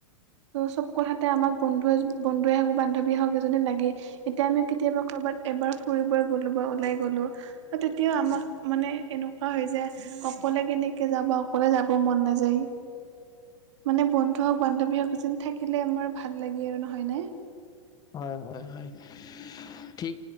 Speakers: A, on the right (about 65°); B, on the left (about 25°).
A: ত' চব কথাতে আমাক বন্ধুৱে বন্ধুৱে হওঁক বান্ধৱীয়ে হওঁক এজনি লাগেই। এতিয়া আমি কেতিয়াবা ক'ৰবাত এবাৰ ফুৰিব গ'লো বা ওলাই গ'লো। সেই তেতিয়া আমাক মানে এনেকুৱা হয় যে, অকলে কেনেকে যাব অকলে যাব মন না যায়। মানে বন্ধু হওঁক বান্ধৱী হওঁক যেন থাকিলে আমাৰ ভাল লাগে আৰু নহয় নে?
B: হয়, হয়, হয়, ঠিক